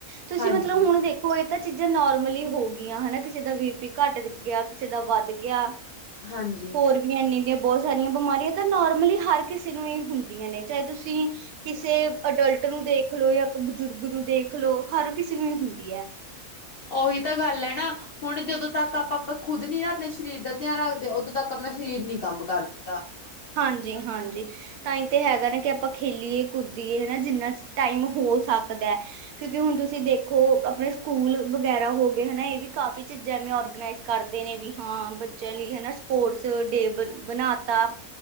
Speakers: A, on the right (about 75°); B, on the left (about 65°).
A: ਤੁਸੀਂ
B: ਹਾਂਜੀ
A: ਮਤਲਬ ਹੁਣ ਦੇਖੋ ਇਹ ਤਾਂ ਚੀਜ਼ਾਂ ਨੋਰਮਲੀ ਹੋ ਗੀਆਂ ਹਨਾ ਕਿਸੇ ਦਾ ਬੀ ਪੀ ਘੱਟ ਗਿਆ ਕਿਸੇ ਦਾ ਵੱਧ ਗਿਆ।
B: ਹਾਂਜੀ
A: ਹੋਰ ਵੀ ਇਨੇ ਇੰਨੀਆਂ ਬਹੁਤ ਸਾਰੀਆਂ ਬਿਮਾਰੀਆਂ ਤਾਂ ਨੋਰਮਲੀ ਹਰ ਕਿਸੇ ਨੂੰ ਹੀ ਹੁੰਦੀਆਂ ਨੇ ਚਾਹੇ ਤੁਸੀਂ ਕਿਸੇ ਅਡਲਟ ਨੂੰ ਦੇਖਲੋ ਜਾਂ ਬਜ਼ੁਰਗ ਨੂੰ ਦੇਖਲੋ ਹਰ ਕਿਸੇ ਨੂੰ ਹੀ ਹੁੰਦੀ ਹੈ।
B: ਉਹੀ ਤਾਂ ਗੱਲ ਹੈ ਨਾ। ਹੁਣ ਜਦੋਂ ਤੱਕ ਆਪਾਂ ਖੁਦ ਨੀ ਨਾ ਆਪਣੇ ਸਰੀਰ ਦਾ ਧਿਆਨ ਰੱਖਦੇ ਉਦੋਂ ਤੱਕ ਆਪਣਾ ਸਰੀਰ ਨੀ ਕੰਮ ਕਰ ਦਿੰਦਾ।
A: ਹਾਂਜੀ, ਹਾਂਜੀ। ਤਾਂ ਤਾਂ ਹੈਗਾ ਨਾ ਕਿ ਆਪਾਂ ਖੇਲੀਏ ਕੁਦੀਏ ਹਨਾ ਜਿੰਨਾ ਟਾਈਮ ਹੋ ਸਕਦਾ ਕਿਉਂਕਿ ਹੁਣ ਤੁਸੀਂ ਦੇਖੋ ਆਪਣੇ ਸਕੂਲ ਵਗੈਰਾ ਹੋ ਗਏ ਹਨਾ ਇਹ ਵੀ ਕਾਫ਼ੀ ਚੀਜ਼ਾਂਵੇਂ ਔਰਗਨਾਈਜ ਕਰਦੇ ਨੇ ਵੀ ਹਾਂ ਬੱਚਿਆਂ ਲਈ ਹਨਾ ਸਪੋਰਟਸ ਡੇ ਬ ਬਣਾ ਤਾ